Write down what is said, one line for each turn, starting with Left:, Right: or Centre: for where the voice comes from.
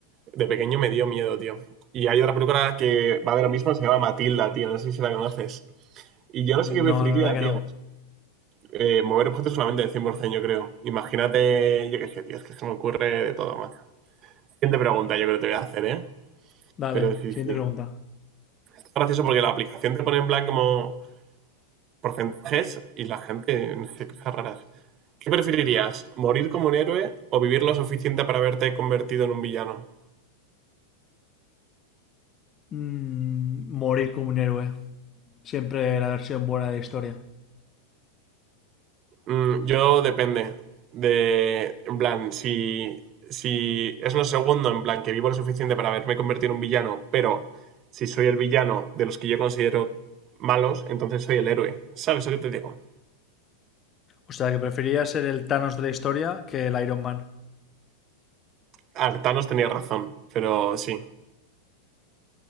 Right: de pequeño me dio miedo, tío. Y hay otra película que va de lo mismo, se llama Matilda, tío. No sé si la conoces. Y yo no
Left: No,
Right: sé qué preferiría,
Left: la verdad que
Right: tío.
Left: no.
Right: Eh, mover objetos solamente del cien por 100%, yo creo. Imagínate, yo qué sé, tío. Es que se me ocurre de todo, macho. Siguiente pregunta, yo creo que te voy a hacer, ¿eh?
Left: Dale,
Right: Pero sí,
Left: siguiente
Right: sí.
Left: pregunta.
Right: Es gracioso porque la aplicación te pone en plan como porcentajes y la gente, no sé, cosas raras. ¿Qué preferirías? ¿Morir como un héroe o vivir lo suficiente para haberte convertido en un villano?
Left: Mm, morir como un héroe. Siempre la versión buena de la historia.
Right: Mm, yo depende de, en plan, si, si es lo segundo, en plan, que vivo lo suficiente para haberme convertido en un villano, pero si soy el villano de los que yo considero malos, entonces soy el héroe. ¿Sabes lo que te digo?
Left: O sea, que preferiría ser el Thanos de la historia que el Iron Man.
Right: Artanos tenía razón, pero sí.